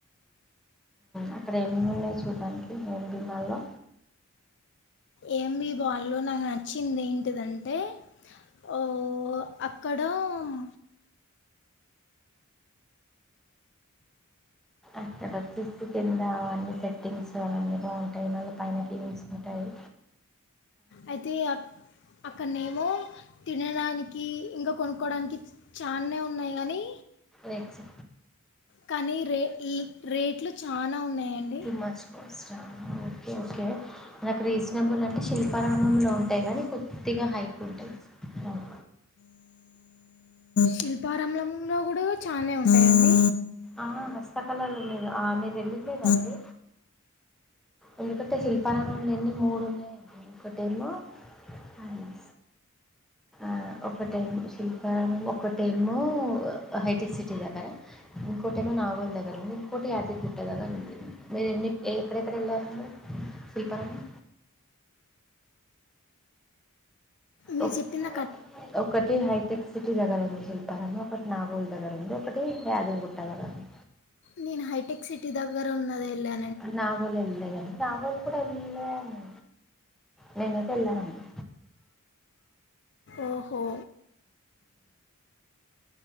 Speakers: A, in the centre; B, on the left.
A: అక్కడ ఏం ఏం ఉన్నాయి చూడ్డానికి ఏ ఏం బి మాల్ లో
B: ఏ ఎం బి బాల్లో నాకు నచ్చింది ఏంటిదంటే ఓ అక్కడా మ్
A: ఇక్కడ ఒచ్చేసి కిందా అన్నీ సెట్టింగ్స్ అలా అన్ని బావుం పైనోళ్లు పైనే కీన్స్ మిటాయి
B: అయితే అప్ అక్కడ్నేమో తినడానికి ఇంకా కొనుక్కోడానికి చాన్నే ఉన్నాయి కాని
A: రెక్సు
B: కానీ రే ఇల్ రేట్లు చానా ఉన్నాయండి
A: టూ మచ్ కాస్టా ఆ ఒ ఓకే నాకు రీజనబుల్ అంటే శిల్పారామంలో ఉంటాయి కానీ కొద్దిగా హైక్ ఉంటాయి అవును
B: శిల్పారామ్లాం లో కూడా ఛానె ఉంటాయా అండీ
A: ఆ హస్తకళలు లేరు మీరు వెళ్ళలేదా
B: కూడా
A: అండి ఎందుకంటే శిల్పారామంలో ఎన్ని మూడు ఉన్నాయండి ఒకటేమో థాంక్స్ అ అవునా ఆ ఒకటేమో శిల్పారామం ఒకటేమో హైటెక్ సిటీ దగ్గర ఇంకో టమో నాగోల్ దగ్గర ఉంది ఇంకోటి యాదరిగుట్ట దగ్గర ఉంది మీరు ఎన్ని ఏ ఎక్కడెక్కడ వెళ్ళారండి శిల్పారామం
B: మీర్
A: ఒక్
B: చెప్పిన
A: ఒకటి హైటెక్ సి టి దగ్గర ఉంది శిల్పారమం ఒకటి నాగోల్ దగ్గర ఉంది ఒకటి యాదగిరిగుట్ట దగ్గర ఉంది
B: నేను హైటెక్ సిటీ దగ్గర ఉన్నది ఎళ్ళా
A: అంటే నాగోల్ వెళ్ళలేద అండి నాగోల్ కూడా వెళ్ళేను నేనైతే వెళ్ళానండి
B: ఓహో